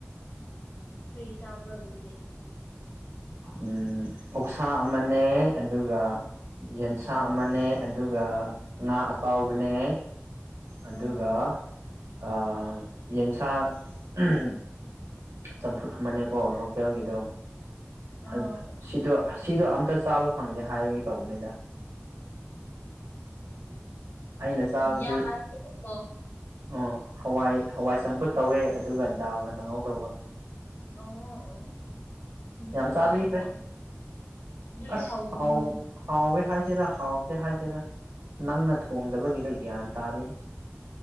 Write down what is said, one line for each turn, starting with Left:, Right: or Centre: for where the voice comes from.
Left: ꯀ꯭ꯔꯤ ꯆꯥꯕ꯭ꯔꯣ ꯑꯗꯨꯗꯤ
Right: ꯎꯝ ꯑꯣꯛꯁꯥ ꯑꯃꯅꯦ ꯑꯗꯨꯒ ꯌꯦꯟꯁꯥ
Left: ꯎꯝ
Right: ꯑꯃꯅꯦ ꯑꯗꯨꯒ ꯉꯥ ꯑꯇꯥꯎꯕꯅꯦ ꯑꯗꯨꯒ
Left: ꯎꯝ
Right: ꯑꯥ ꯌꯦꯟꯁꯥ ꯎꯝ ꯆꯝꯐꯨꯠ ꯑꯃꯅꯦꯀꯣ ꯂꯣꯀꯦꯜ ꯒꯤꯗꯣ ꯍꯩ
Left: ꯑ
Right: ꯁꯤꯗꯣ ꯑꯁꯤꯗꯣ ꯑꯝꯇ ꯆꯥꯕ ꯐꯪꯗꯦ ꯍꯥꯏꯕꯒꯤ ꯇꯧꯕꯅꯤꯗ ꯑꯩꯅ ꯆꯥꯕꯗꯤ
Left: ꯌꯥꯔꯦꯀꯣ
Right: ꯑ ꯍꯋꯥꯏ ꯍꯋꯥꯏ ꯆꯝꯐꯨꯠ ꯇꯧꯋꯦ ꯑꯗꯨꯒ ꯗꯥꯜꯅ ꯀꯥꯡꯉꯧ ꯇꯧꯕ
Left: ꯑꯣ ꯑꯗꯨꯁꯨ
Right: ꯌꯥꯝ ꯆꯥꯕꯤꯈ꯭ꯔꯦ
Left: ꯍꯥꯎꯇ꯭ꯔꯣ ꯑꯗꯨꯁꯨ
Right: ꯑꯁ
Left: ꯍꯥꯎꯕꯅꯤꯅꯦ
Right: ꯍꯥꯎ ꯍꯥꯎꯋꯦ ꯍꯥꯏꯁꯤꯔ ꯍꯥꯎꯇꯦ ꯍꯥꯏ ꯍꯦꯔꯥ ꯅꯪꯅ ꯊꯣꯡꯗꯕꯒꯤꯔ ꯒ꯭ꯌꯥꯟ ꯇꯥꯗꯦ